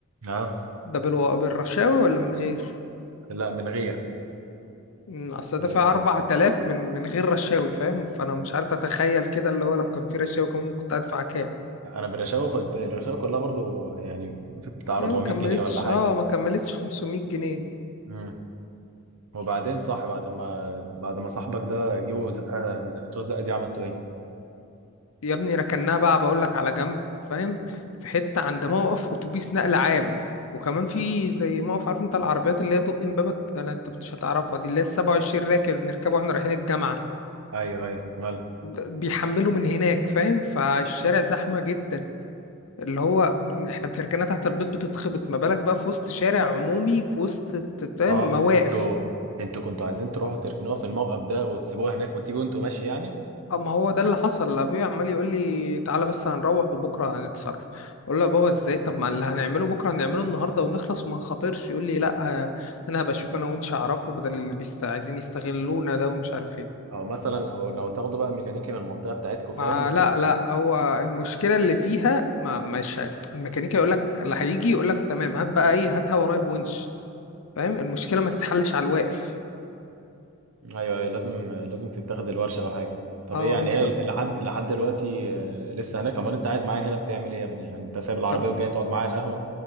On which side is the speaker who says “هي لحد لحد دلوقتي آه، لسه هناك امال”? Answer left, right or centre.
Right